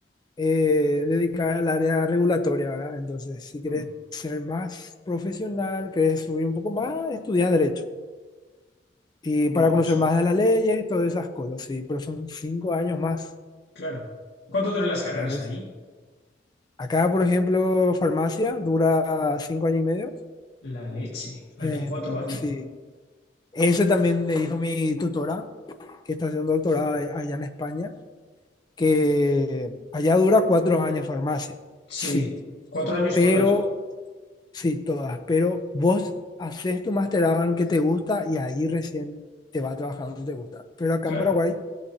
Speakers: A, on the left; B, on the left.
A: eh, dedicar al área regulatoria, ¿verdad? Entonces, si querés
B: Mm,
A: ser más profesional, querés subir un poco más, estudiar derecho. Y
B: curioso,
A: para conocer más de las leyes, todas esas cosas, sí, pero son cinco años más,
B: claro. ¿Cuánto duran las carreras
A: ¿entendés?
B: ahí?
A: Acá, por ejemplo, farmacia dura cinco años y medio.
B: La leche. Aquí
A: Eh,
B: cuatro años.
A: sí, eso también me dijo mi tutora, que está haciendo doctorado a- allá en España, que allá dura cuatro años farmacia.
B: Sí,
A: Sí,
B: cuatro años
A: pero,
B: todas,
A: sí, todas, pero vos haces tu masterado en lo que te gusta y ahí recién te vas a trabajar donde te gusta. Pero acá
B: claro.
A: en Paraguay,